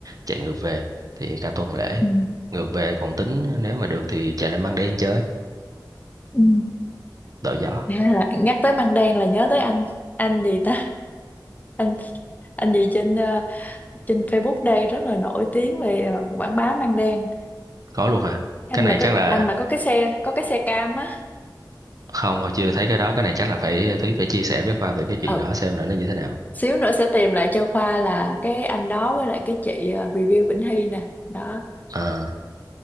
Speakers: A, on the right; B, on the left.
A: chạy ngược về thì cả tuần lễ
B: ừ,
A: ngược về còn tính nếu mà được thì chạy lên Măng Đen chơi
B: ừ.
A: đổi gió
B: Hay là nhắc tới Măng Đen là nhớ tới anh anh gì ta anh anh gì trên à, trên Facebook đây rất là nổi tiếng về à, quảng bá Măng Đen
A: có luôn hả
B: anh
A: cái này
B: mà có
A: chắc là
B: anh mà có cái xe có cái xe cam á
A: không mà chưa thấy cái đó cái này chắc là phải Thúy phải chia sẻ với Khoa về cái chuyện
B: ừ
A: đó xem là nó như thế nào
B: xíu nữa sẽ tìm lại cho Khoa là cái anh đó với lại cái chị à, review Vĩnh Hy nè đó
A: Ờ.